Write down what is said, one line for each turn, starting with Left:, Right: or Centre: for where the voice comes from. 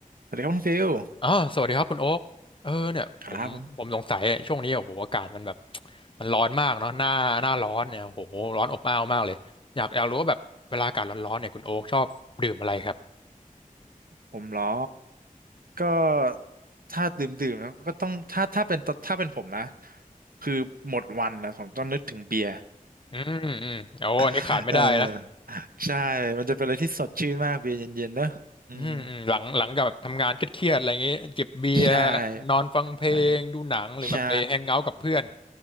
Right: สวัสดีครับคุณฟิล
Left: อ่าสวัสดีครับคุณโอ๊กเออเนี่ยผมผมสงสัยเนี่ยช่วงนี้โอ้โหอากาศมันแบบ
Right: ครับผม
Left: มันร้อนมากเนาะหน้าหน้าร้อนเนี่ยโอ้โหร้อนอบอ้าวมากเลยอยากอยากรู้ว่าแบบเวลาอากาศร้อนๆเนี่ยคุณโอ๊กชอบดื่มอะไรครับ
Right: ผมเหรอก็ถ้าดื่มดื่มแล้วก็ต้องถ้าถ้าเป็นถ้าเป็นผมนะคือหมดวันนะผมต้องนึกถึงเบียร์
Left: อืมอืมโอ้อันนี้ขาดไม่ได้นะ
Right: <laughs> เออใช่มันจะเป็นอะไรที่สดชื่นมากเบียร์เย็นๆเนอะอืม
Left: อืมอืมหลังหลังจากแบบทำงานเครียดๆอะไรอย่างงี้จิบเบียร์นอนฟังเพลงดูหนังหรือแบบไปแฮงเอาท์กับเพื่อน
Right: ใช่ใช่ใช่